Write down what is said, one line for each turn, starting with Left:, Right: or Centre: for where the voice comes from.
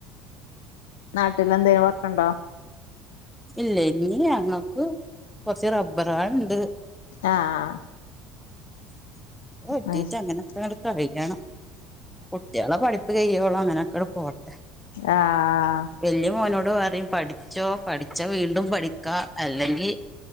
Left: നാട്ടിൽ എന്തേിലും വർക്കുണ്ടോ
Centre: ഇല്ല ഇനി ഞങ്ങൾക്ക് കൊറച്ച് റബ്ബറ ആള ഉണ്ട്
Left: ആഹ്
Centre: വെട്ടിട്ട
Left: അത് ശരി
Centre: അങ്ങനൊക്കെങ്ങ കഴിക്കണം കുട്ടികളെ പഠിപ്പ് കഴ്യോുള്ളോ അങ്ങനെയൊക്കെ പോട്ടെ
Left: ആഹ്
Centre: വലിയ മോനോട് പറയും പഠിച്ചോ പഠിച്ച വീണ്ടും പഠി ക്ക അല്ലെങ്കിൽ